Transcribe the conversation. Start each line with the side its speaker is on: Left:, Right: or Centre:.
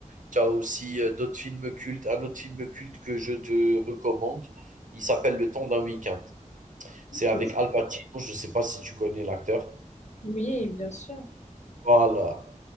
Right: Tu as aussi euh, d'autres films cultes. Un autre film culte que je te recommande, il s'appelle Le Temps d'un week-end. C'est
Left: Ok.
Right: avec Al Pacino, je ne sais pas si tu connais l'acteur.
Left: Oui, bien sûr.
Right: Voilà.